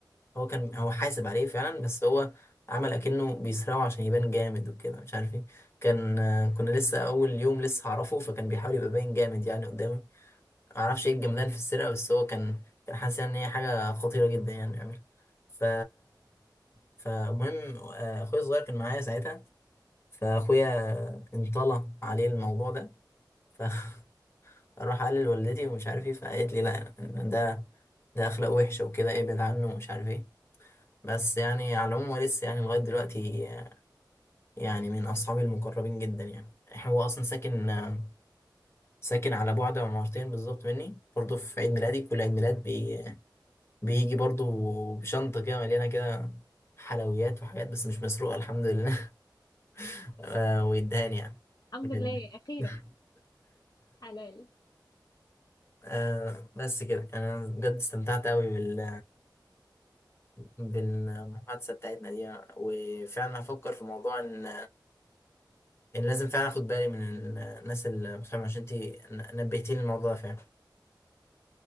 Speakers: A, on the left; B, on the left.
A: هو كان هو حاسب عليه فعلا بس هو عمل اكنه بيسرقه عشان يبان جامد وكده مش عارف ايه كان آه، كنا لسه اول يوم لسه هعرفه فكان بيحاول يبقى باين جامد يعني قدامي معرفش ايه الجمدان في السرقة بس هو كان كان حاسس يعني ان هي حاجة خطيرة جدا يعني يعملها ف فمهم آه، اخويا الصغير كان معايا ساعتها فاخويا انطلى عليه الموضوع ده فراح <laughs> قال لوالدتي ومش عارف ايه فقالت لي لا ده ده اخلاق وحشة وكده ابعد عنه ومش عارف ايه بس يعني على العموم هو لسه يعني لغاية دلوقتي آه، يعني من اصحابي المقربين جدا يعني هو اصلا ساكن آه، ساكن على بعد عمارتين بالظبط مني برضه في عيد ميلادي كل عيد ميلاد بي بيجي برضو بشنطة كده مليانة كده حلويات وحاجات بس مش مسروقة الحمد لله <laughs> آه، ويدهاني يعني
B: الحمد
A: بجد
B: لله اخيرا
A: <laughs>
B: حلال
A: آه، بس كده أنا بجد استمتعت أوي بال بالمحادثة بتاعتنا دي وفعلا هفكر في موضوع إن إن لازم فعلا أخد بالي من الناس اللي مش فاهمة عشان أنت نبهتيني الموضوع ده فعلا